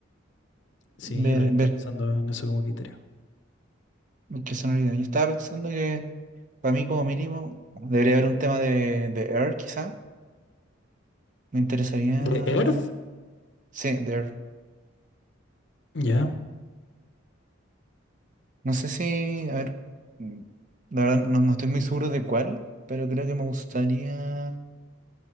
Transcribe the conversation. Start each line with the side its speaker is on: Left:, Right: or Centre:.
Left: Sí,
Right: ver,
Left: yo también estaba
Right: ver
Left: pensando en eso como criterio.
Right: qué sonoridad. Yo estaba pensando que para mí como mínimo debería haber un tema de, de Air quizá. Me interesaría...
Left: ¿The Earth?
Right: Sí, de Air.
Left: Ya.
Right: No sé si... A ver, mm, la verdad no, no estoy muy seguro de cuál, pero creo que me gustaría